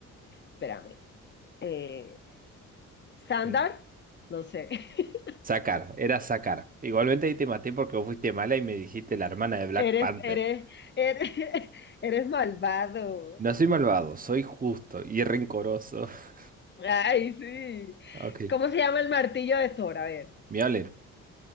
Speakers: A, on the left (about 35°); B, on the right (about 30°).
A: espérame, eh, Sandar,
B: Mm.
A: no sé, <laughs>
B: Sakar, era Sakar. Igualmente ahí te maté porque vos fuiste mala y me dijiste la hermana de Black
A: eres,
B: Panther.
A: eres, eres, <laughs> eres malvado.
B: No soy malvado, soy justo y rencoroso. <laughs>
A: Ay, sí.
B: Ok.
A: ¿Cómo se llama el martillo de Thor? A ver.
B: Mjolnir.